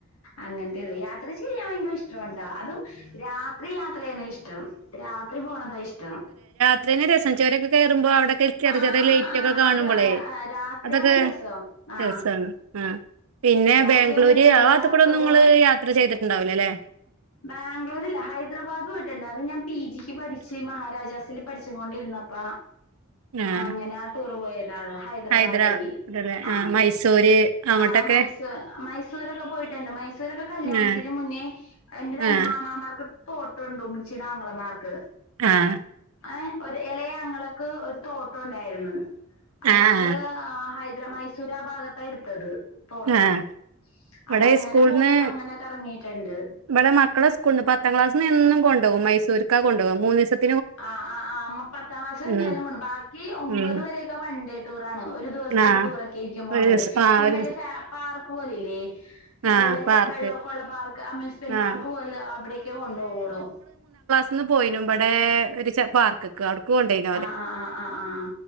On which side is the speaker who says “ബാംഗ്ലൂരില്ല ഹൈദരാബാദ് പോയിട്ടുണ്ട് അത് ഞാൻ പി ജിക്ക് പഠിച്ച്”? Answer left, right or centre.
Left